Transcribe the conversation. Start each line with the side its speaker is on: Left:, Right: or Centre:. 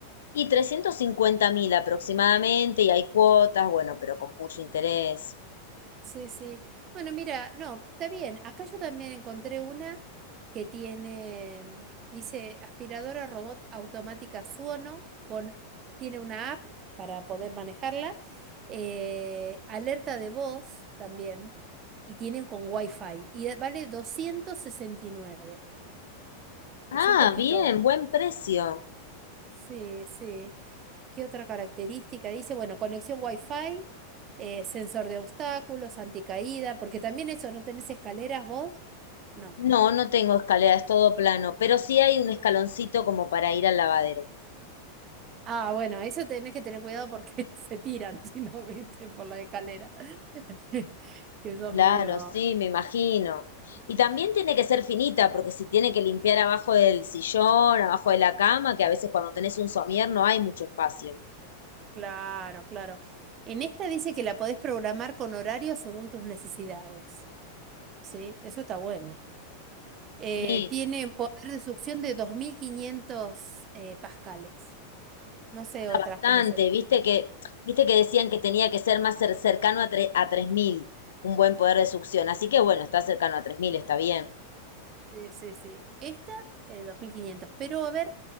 Left: Y trescientos cincuenta mil aproximadamente, y hay cuotas, bueno, pero con mucho interés.
Right: Sí, sí. Bueno, mira, no, está bien. Acá yo también encontré una que tiene, mm, dice aspiradora robot automática Suono, con, tiene una app para poder manejarla, eh, alerta de voz también, y tiene con Wi-Fi, y eh, vale doscientos sesenta y nueve
Left: Ah,
Right: Es un poquito.
Left: bien, buen precio.
Right: Sí, sí. ¿Qué otra característica? Dice, bueno, conexión Wi-Fi, eh, sensor de obstáculos, anticaída, porque también eso, ¿no tenés escaleras vos? No.
Left: No, no tengo escalera, es todo plano, pero
Right: Ah.
Left: sí hay un escaloncito como para ir al lavadero.
Right: Ah, bueno, eso tenés que tener cuidado porque <laughs> se tiran, si no, viste, por la escalera. <laughs> Que son
Left: Claro,
Right: medio...
Left: sí, me imagino. Y también tiene que ser finita, porque si tiene que limpiar abajo del sillón, abajo de la cama, que a veces cuando tenés un somier no hay mucho espacio.
Right: Claro, claro. En esta dice que la podés programar con horario según tus necesidades. Sí, eso está bueno. Eh,
Left: Sí,
Right: tiene poder de succión de 2.500 eh, pascales. No sé otras
Left: bastante,
Right: cómo serán.
Left: viste que, viste que decían que tenía que ser más cer- cercano a, tre- a 3000 un buen poder de succión, así que bueno, está cercano a tres mil está bien.
Right: Sí, sí, sí. Esta, eh, dos mil quinientos Pero a ver,